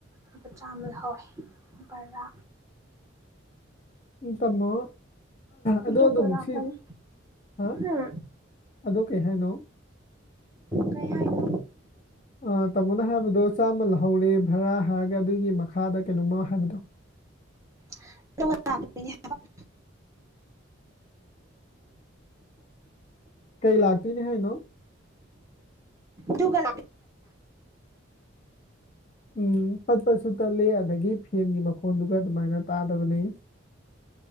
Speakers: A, on the right; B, on the left.
A: ꯂꯨꯄꯥ ꯆꯥꯝꯃ ꯂꯧꯍꯧꯋꯦ ꯕꯔꯥ
B: ꯎꯝ ꯇꯝꯃꯣ ꯑꯗꯣ
A: ꯑꯗꯨꯒ
B: ꯑꯗꯨꯝ
A: ꯂꯥꯛꯀꯅꯤ
B: ꯁꯤ ꯍꯥ
A: ꯎꯝ
B: ꯑꯗꯣ ꯀꯩ ꯍꯥꯏꯅꯣ
A: ꯀꯩ ꯍꯥꯏꯅꯣ
B: ꯑꯥ ꯇꯥꯃꯣꯅ ꯍꯥꯏꯕꯗꯣ ꯆꯥꯝꯃ ꯂꯧꯍꯧꯔꯦ ꯚꯔꯥ ꯍꯥꯏꯔꯒ ꯑꯗꯨꯒꯤ ꯃꯈꯥꯗ ꯀꯩꯅꯣꯃ ꯍꯥꯏꯕꯗꯣ
A: <unintelligible>
B: ꯀꯩ ꯂꯥꯛꯇꯨꯢꯅꯦ ꯍꯥꯏꯅꯣ
A: ꯗꯨꯒ ꯂꯥꯛ
B: ꯎꯝ ꯄꯠꯄꯠꯁꯨ ꯇꯠꯂꯦ ꯑꯗꯒꯤ ꯐꯦꯟꯒꯤ ꯃꯈꯣꯟꯗꯨꯒ ꯑꯗꯨꯃꯥꯏꯅ ꯇꯥꯗꯕꯅꯦ